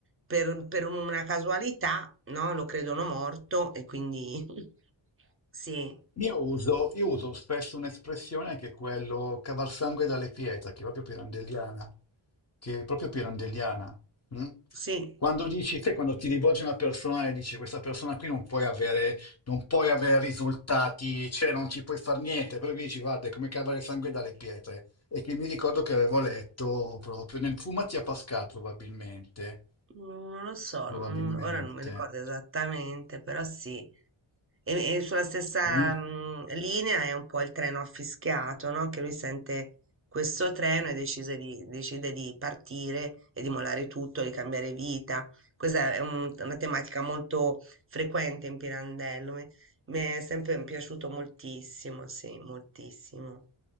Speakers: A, on the right; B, on the left.
A: per, per una casualità, no? Lo credono morto e quindi <laughs> sì,
B: Io uso, io uso spesso un'espressione che è quello cavalsangue dalle pietre, che è proprio pirandelliana, che è proprio pirandelliana. mm?
A: sì.
B: Quando dici, sai, quando ti rivolgi a una persona e dici questa persona qui non puoi avere, non puoi avere risultati, cioè non ci puoi far niente, però dici guarda, è come cavare sangue dalle pietre. E che mi ricordo che avevo letto proprio nel Fumatia Pascal, probabilmente,
A: Mm, Non lo so,
B: probabilmente.
A: non- ora non mi ricordo esattamente, però sì. E, e sulla stessa
B: mm?
A: mm, linea è un po' il treno affischiato, no? Che lui sente questo treno e decise di- decide di partire e di mollare tutto, di cambiare vita. Questa è un- una tematica molto frequente in Pirandello. Mi, mi è sempre piaciuto moltissimo, sì, moltissimo.